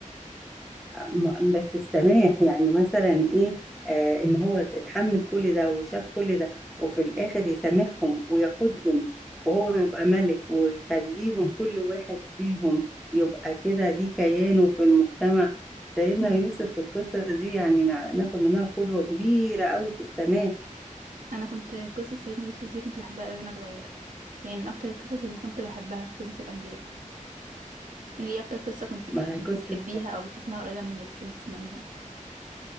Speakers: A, in the centre; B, on the right (about 80°).
A: م- بس السماح يعني مثلا ايه آه ان هو اتحمل كل ده وشاف كل ده وفي الاخر يسامحهم وياخدهم وهو يبقى ملك ويخليهم كل واحد فيهم يبقى كده ليه كيانه في المجتمع سيدنا
B: مم.
A: يوسف في القصة دي يعني نع- ناخد منها قدوة كبيرة قوي في السماح
B: أنا كنت قصة سيدنا يوسف دي كنت بحبها أوي وأنا صغيرة يعني من أكتر القصص اللي كنت بحبها في قصص الأنبياء يعني إيه أكتر قصة كنت بتحب
A: ما هي قصة
B: بتحبيها أو بتحسي إنها قريبة منك بتحبي تسمعيها